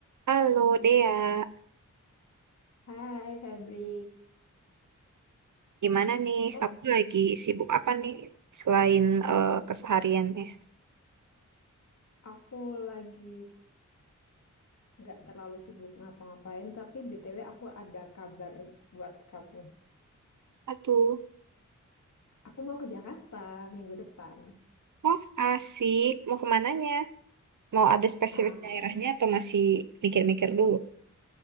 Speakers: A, on the right; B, on the left.
A: Halo Dea,
B: Hai Febri,
A: gimana nih?
B: Oh,
A: Kamu lagi sibuk apa nih selain eh, kesehariannya?
B: aku lagi gak terlalu sibuk ngapa-ngapain, tapi BTW aku ada kabar buat kamu.
A: Aduh,
B: Aku mau ke Jakarta minggu depan.
A: wah asik. Mau kemananya? Mau ada spesifik
B: Ah,
A: daerahnya atau masih mikir-mikir dulu?